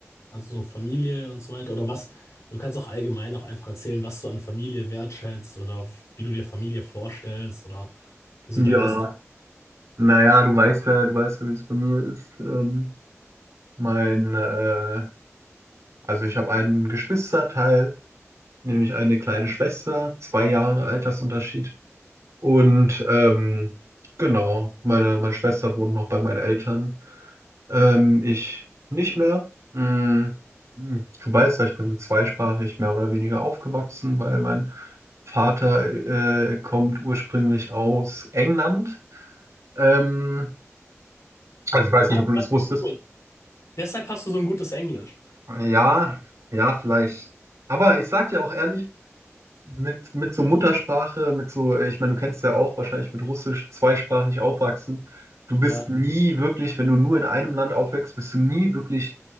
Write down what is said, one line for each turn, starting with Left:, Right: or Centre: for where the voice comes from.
Left: Also so Familie und so weiter oder was? Du kannst auch allgemein auch einfach erzählen, was du an Familie wertschätzt oder wie du dir Familie vorstellst oder wie so
Right: Ja,
Left: deine.
Right: naja, du weißt ja, du weißt ja, wie es bei mir ist. Ähm, mein, äh, also ich habe einen Geschwisterteil, nämlich eine kleine Schwester, zwei Jahre Altersunterschied. Und ähm, genau, meine, meine Schwester wohnt noch bei meinen Eltern. Ähm, ich nicht mehr. Mm, mm, Du weißt ja, ich bin zweisprachig mehr oder weniger aufgewachsen, weil mein Vater äh, kommt ursprünglich aus England. Ähm, also ich weiß nicht,
Left: Ah,
Right: ob du
Left: das
Right: das wusstest.
Left: ist cool. Deshalb hast du so ein gutes Englisch.
Right: Ja, ja, vielleicht. Aber ich sag dir auch ehrlich, mit, mit so Muttersprache, mit so, äh, ich meine, du kennst ja auch wahrscheinlich mit Russisch zweisprachig aufwachsen. Du bist
Left: Ja.
Right: nie wirklich, wenn du nur in einem Land aufwächst, bist du nie wirklich